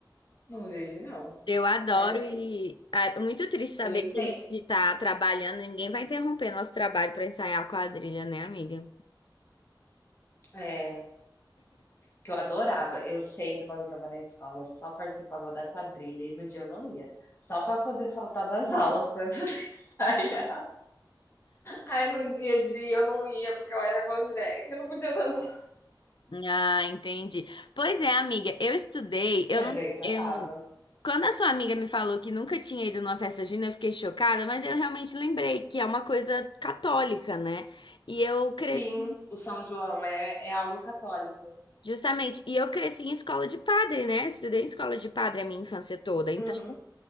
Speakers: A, on the left; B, on the left.
A: não vejo não.
B: Eu adoro
A: Mas assim,
B: e ah, é muito triste saber
A: eu entendo
B: que a gente tá trabalhando e ninguém vai interromper nosso trabalho para ensaiar a quadrilha, né, amiga?
A: é, que eu adorava, eu sempre quando eu estava na escola eu só participava da quadrilha e no dia eu não ia, só para poder faltar das <laughs> aulas para poder <laughs> ensaiar. Aí no dia a dia eu não ia porque eu era evangélica, eu não podia dançar,
B: Ah, entendi. Pois é, amiga, eu estudei,
A: <laughs>
B: eu
A: mas
B: não,
A: eu ensaiava.
B: eu Quando a sua amiga me falou que nunca tinha ido numa festa junina, eu fiquei chocada, mas eu realmente lembrei que é uma coisa católica, né? E eu cresci
A: Sim, o São João é é algo católico.
B: Justamente. E eu cresci em escola de padre, né? Estudei em escola de padre a minha infância toda. Então,
A: Uhum,